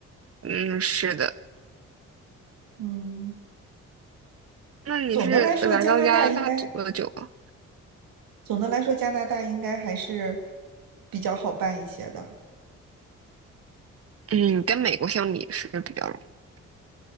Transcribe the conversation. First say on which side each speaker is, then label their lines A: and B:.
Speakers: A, on the right (about 40°); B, on the right (about 70°).
A: 嗯，是的。
B: 嗯，
A: 那你是来到加拿大多久啊？
B: 总的来说，加拿大应该，总的来说，加拿大应该还是比较好办一些的。
A: 嗯，跟美国相比是比较容易。